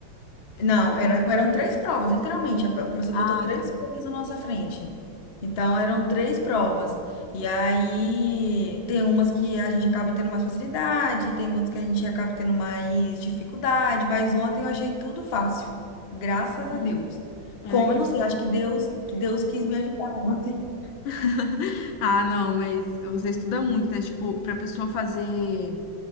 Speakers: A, on the left; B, on the left.
A: Não, era- eram três provas, literalmente. A a professora
B: Ah,
A: botou três
B: tá.
A: folhas na nossa frente. Então, eram três provas. E aí, tem umas que a gente acaba tendo mais facilidade, tem outras que a gente acaba tendo mais dificuldade, mas ontem eu achei tudo fácil. Graças a
B: Hum.
A: Deus.
B: Ai,
A: Como,
B: que
A: eu não sei,
B: bom.
A: acho que Deus, Deus quis me ajudar ontem.
B: <laughs> Ah, não, mas você estuda muito, né? Tipo, para pessoa fazer,